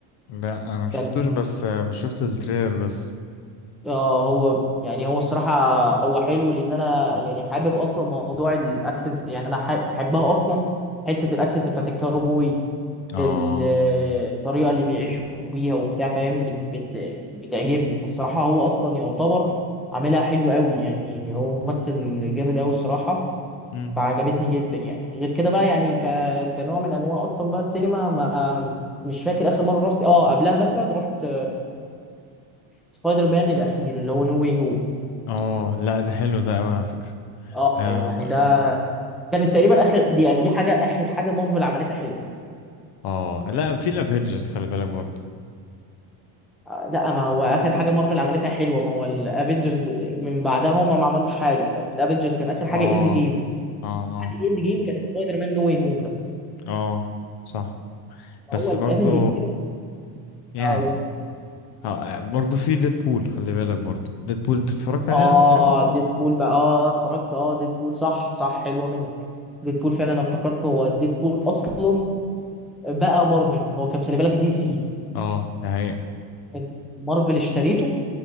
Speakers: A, on the left (about 55°); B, in the centre.
A: لا انا مشفتوش
B: كان
A: بس آه، شفت التريلر بس
B: اه هو يعني هو الصراحه هو حلو لان انا يعني حابب اصلا موضوع الاكسنت يعني انا حابب بحبها اصلا حته الاكسنت بتاعت الكاوبوي
A: اه
B: ال- الطريقه اللي بيعيشوا بيها وبتاع فاهم بت بت بتعجبني فالصراحه هو اصلا يعتبر عاملها حلو قوي يعني هو ممثل جامد قوي الصراحه
A: امم
B: فعجبتني جدا يعني غير كده بقى يعني ك... كنوع من انواع اصلا بقى السينما ما... مش فاكر اخر مره رحت اه قبلها مثلا رحت سبايدر مان الاخير اللي هو نو واي هوم
A: اه لا ده حلو ده قوي على فكرة
B: اه
A: اه
B: يعني ده كانت تقريبا اخر دي يعني دي حاجه اخر حاجه مارفل عملتها حلوه
A: اه لا في الافينجرز خلي بالك برضه
B: آه لا ما هو اخر حاجه مارفل عملتها حلوه ما هو الافنجرز من بعدها هم ما عملوش حاجه الافنجرز كان اخر حاجه
A: اه
B: اند جيم
A: اه
B: بعد
A: اه
B: اند جيم كانت سبايدر مان نو واي هوم ده
A: اه صح
B: فهو
A: بس
B: الافنجرز
A: برضه يعني
B: كده
A: آه، برضه في ديدبول خلي بالك برضه ديدبول انت اتفرجت عليها
B: اه
A: على السينما
B: ديد بول بقى اه اتفرجت اه ديد بول صح صح حلوه منك ديد بول فعلا انا افتكرت هو ديد بول اصلا بقى مارفل هو كان خلي بالك دي سي
A: اه ده حقيقة
B: كان مارفل اشتريته